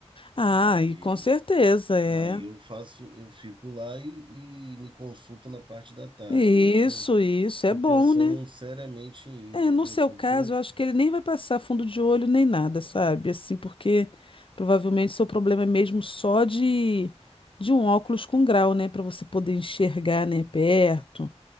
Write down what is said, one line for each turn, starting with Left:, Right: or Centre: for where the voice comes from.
Left: Ah,
Right: Aí,
Left: e com certeza é.
Right: aí eu faço, eu fico lá e, e me consulto na parte da tarde.
Left: Isso,
Right: Eu tô,
Left: isso é
Right: tô
Left: bom,
Right: pensando
Left: né?
Right: seriamente em ir,
Left: É,
Right: entendeu?
Left: no seu
Right: Porque
Left: caso,
Right: eu,
Left: eu acho que ele nem vai passar fundo de olho nem nada, sabe? Assim, porque provavelmente seu problema é mesmo só de de um óculos com grau, né, para você poder enxergar, né, perto